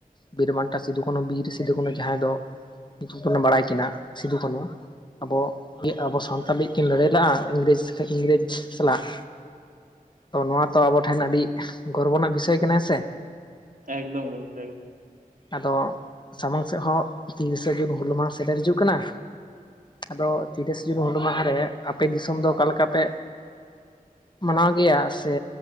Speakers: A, on the left (about 30°); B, on the right (about 60°).
A: ᱵᱤᱨ ᱵᱟᱱᱴᱟ ᱥᱤᱫᱩ ᱠᱟᱹᱱᱩ ᱵᱤᱨ ᱥᱤᱫᱩ ᱠᱟᱹᱱᱩ ᱡᱟᱦᱟᱸᱭ ᱫᱚ ᱧᱩᱛᱩᱢ ᱛᱮᱵᱚᱱ ᱵᱟᱲᱟᱭ ᱠᱤᱱᱟ ᱥᱤᱫᱩ ᱠᱟᱹᱱᱩ ᱟᱵᱚ ᱜᱤ ᱟᱵᱚ ᱥᱟᱱᱛᱟᱞ ᱞᱤᱜ ᱠᱤᱱ ᱞᱟᱹᱲᱦᱟᱹᱭ ᱞᱮᱜ ᱟ ᱤᱝᱨᱮᱡᱽ ᱤᱝᱨᱮᱡᱽ ᱥᱟᱞᱟᱜ᱾ ᱛᱚ ᱱᱚᱣᱟ ᱛᱚ ᱟᱵᱚ ᱴᱷᱮᱱ ᱟᱹᱰᱤ ᱜᱚᱨᱵᱚ ᱨᱮᱱᱟᱜ ᱵᱤᱥᱚᱭ ᱠᱟᱱᱟ ᱥᱮ᱾
B: ᱮᱠᱫᱚᱢ ᱜᱚᱢᱠᱮ ᱮᱠᱫᱚᱢ᱾
A: ᱟᱫᱚ᱾ ᱥᱟᱢᱟᱝ ᱥᱮᱫ ᱦᱚᱸ ᱛᱤᱨᱤᱥᱟ ᱡᱩᱱ ᱦᱩᱞ ᱢᱟᱦᱟ ᱥᱮᱴᱮᱨ ᱦᱤᱡᱩᱜ ᱠᱟᱱᱟ᱾ ᱟᱫᱚ ᱛᱤᱨᱤᱥᱟ ᱡᱩᱱ ᱦᱩᱞ ᱢᱟᱦᱟ ᱨᱮ ᱟᱯᱮ ᱫᱤᱥᱚᱢ ᱫᱚ ᱚᱠᱟ ᱞᱮᱠᱟ ᱯᱮ ᱢᱟᱱᱟᱣ ᱜᱮᱭᱟ ᱥᱮ